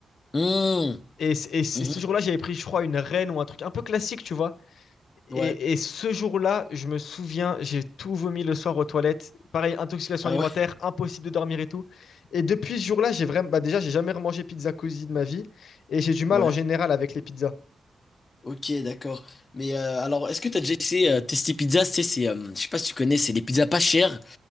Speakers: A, on the left (about 35°); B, on the left (about 80°).
A: Mmh.
B: Et, c- et ce
A: Mhm.
B: jour-là, j'avais pris, je crois, une reine ou un truc un peu classique, tu vois. Et,
A: Ouais.
B: et ce jour-là, je me souviens, j'ai tout vomi le soir aux toilettes. Pareil, intoxication
A: Ah
B: alimentaire,
A: ouais.
B: impossible de dormir et tout. Et depuis ce jour-là, j'ai vraiment, bah déjà, j'ai jamais remangé pizza cosy de ma vie. Et j'ai du mal
A: Ouais.
B: en général avec les pizzas.
A: Ok, d'accord. Mais euh, alors, est-ce que t'as déjà essayé euh, Testi Pizza? Tu sais, c'est, euh, je sais pas si tu connais, c'est des pizzas pas chères,